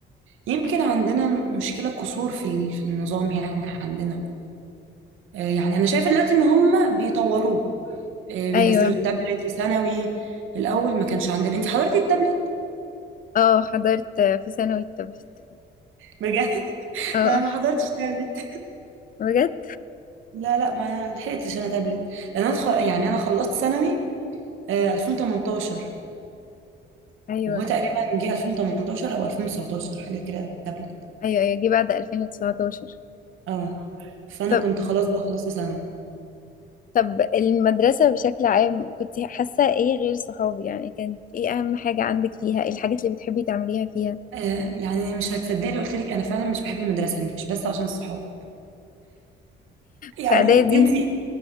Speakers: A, on the right; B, on the left.
A: يمكن عندنا مشكله قصور في ال- في النظام يعني عندنا آه، يعني انا شايفه دلوقتي ان هم بيطوروه إيه، بينزلوا
B: ايوه
A: التابلت في ثانوي الاول ما كانش عندنا انت حضرتي التابلت
B: اه حضرت آه، في ثانوي التابلت
A: بجد <laughs>
B: اه
A: لا ما حضرتش تابلت
B: بجد
A: لا لا ما لحقتش انا تابلت لان انا خ... يعني انا خلصت ثانوي آه، 2018
B: ايوه
A: وهو تقريبا جه 2018 او 2019 حاجه كده تابلت
B: ايوه ايوه جه بعد 2019
A: اه فانا
B: طب
A: كنت خلاص بقى خلصت ثانوي
B: طب المدرسة بشكل عام كنت حاسة ايه غير صحابي يعني كانت ايه اهم حاجة عندك فيها ايه الحاجات اللي بتحبي تعمليها فيها
A: آه، يعني مش هتصدقي لو قلت لك انا فعلا مش بحب المدرسه مش بس عشان الصحاب يعني
B: في اعدادي
A: انت